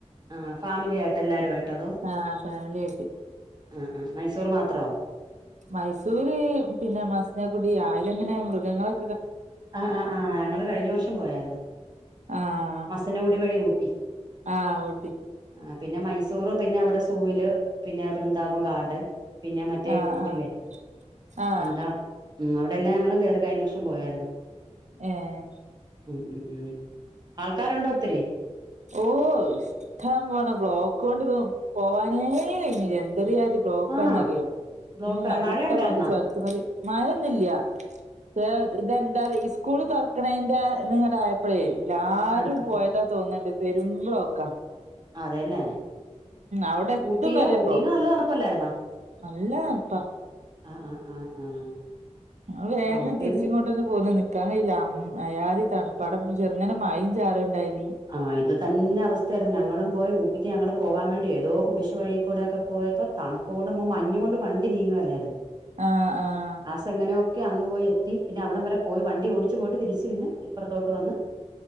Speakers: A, on the right; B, on the right.
A: ആഹ് ഫാമിലി ആയിട്ട് എല്ലാരുംആയിട്ടോ അതോ
B: ആഹ് ഫാമിലി ആയിട്ട്
A: ആഹ് ആഹ് മൈസൂർ മാത്രോ?
B: മൈസൂര് പിന്നെ മസ്നഗുടി ആയ്ലങ്ങനെ മൃഗങ്ങളെ
A: ആഹ് ആഹ് ആഹ് ഞങ്ങള് കഴിഞ്ഞ വർഷം പോയാര്ന്ന്
B: ആഹ്
A: മസനഗുടി വഴി ഊട്ടി
B: ആഹ് ഊട്ടി
A: ആഹ് പിന്നെ മൈസൂർ പിന്നെ അവിടെ സൂവില് പിന്നെ വൃന്ദാവം ഗാർഡൻ പിന്നെ മറ്റേ
B: ആഹ്
A: ഇത് കൂട്ടില്ലേ
B: ആഹ് ആഹ്
A: എന്താ ഉം അവിടെ എല്ലാം ഞങ്ങളും കേറി കഴിഞ്ഞ വർഷം പോയാരുന്നു
B: ഏഹ്
A: ഉം ഉം ഉം ആൾക്കാരുണ്ടോ ഒത്തിരി?
B: ഓഹ് ഇഷ്ട്ടം പോലെ ബ്ലോക്കൊണ്ട് പോവാനേ കയ്ഞ്ഞീല എന്തൊരുയാതി ബ്ലോക്കാന്നറിയോ
A: ആണോ ബ്ലോക്ക്
B: ഉം നല്ല
A: മഴയുണ്ടായിരുന്നോ
B: ബ്ലോക്ക് ചൊര് ത്ത്മല് മഴൊന്നുല്ല്യ ക്ഷേ ഇതെന്താറ്‌യോ ഇസ്കൂൾ തൊർക്ക്ണേന്റെ ത്ങ്ങടായപ്പളെ എല്ലാരും
A: ആഹ്
B: പോയതാ തോന്നീണ്ട് പെരും ബ്ലോക്ക
A: അതെല്ലേ
B: അവിടെ എത്തും
A: ഊട്ടിയില്
B: വരെ
A: ഊട്ടീല്
B: ബ്ലോക്ക്
A: നല്ല തണുപ്പല്ലായിരുന്നോ?
B: നല്ല തണ്പ്പാ
A: ആഹ് ആഹ്ആഹ് ആഹ്
B: അത് വേഗം
A: ആ ഊട്ടിയിൽ
B: തിരിച്ചിങ്ങോട്ടന്നെ പോന്നീണ് നിക്കാൻ കയ്ല അം അയാതി തണ് പ്പാ ടപ്പൊ ചെർങ്ങനെ മയിം ചാറ്ണ്ടെയ്നി
A: ആഹ് ഇത് തന്നെ അവസ്ഥയാരുന്നു ഞങ്ങളും പോയി ഊട്ടിക്ക് ഞങ്ങള് പോകാൻ വേണ്ടി ഏതോ കുടിശി വഴികൂടൊക്കെ പോയപ്പോ തണു പ്പോണ്ട് മഞ്ഞുകൊണ്ട് വണ്ടി നീങ്ങേല്ലായിരുന്നു
B: ആഹ്ആഹ്
A: ലാസ്റ്റ് എങ്ങനെയൊക്കെ അങ്ങ് പോയി എത്തി പിന്നെ അവിടം വരെ പോയി വണ്ടി ഓടിച്ച് പോയിട്ട് തിരിച്ച് പിന്നെ ഇപ്പറത്തോട്ട് വന്ന്